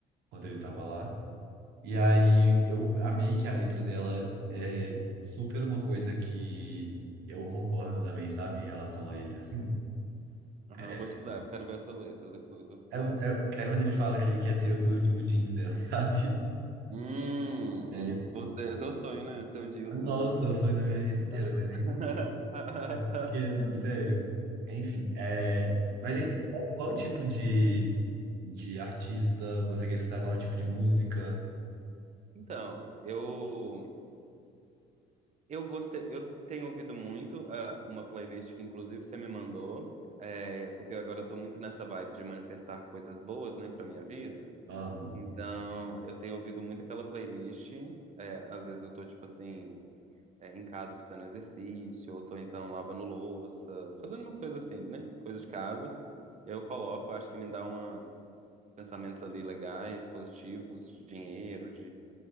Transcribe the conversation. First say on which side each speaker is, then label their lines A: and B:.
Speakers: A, on the right; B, on the right.
A: enquanto ele estava lá. E aí eu amei que a letra dela é super uma coisa que eu concordo também, sabe? Em relação a ele, assim.
B: aham.
A: É,
B: eu vou estudar. Eu quero ver essa letra depois. Vou estudar.
A: é, um- é- é quando ele fala que ele quer ser o, o jeans dela, <laughs> sabe?
B: Hum,
A: Entendeu?
B: você, é seu sonho, né? Seu jeans
A: Nossa,
B: do
A: é o sonho da minha vida inteira,
B: <laughs>
A: mas enfim. É, Porque, sério, enfim. É, mas hein, qual, qual tipo de, de artista você quer escutar? Qual tipo de música?
B: Então, eu eu gostei, eu tenho ouvido muito ah, uma playlist que inclusive você me mandou, é, porque agora eu tô muito nessa vibe de manifestar coisas boas, né, pra minha vida.
A: Amo.
B: Então, eu tenho ouvido muito aquela playlist, é, às vezes eu tô tipo assim, é, em casa fazendo exercício, ou tô então lavando louça, fazendo umas coisas assim, né, coisa de casa. E aí eu coloco, acho que me dá uma pensamentos ali legais, positivos, de dinheiro,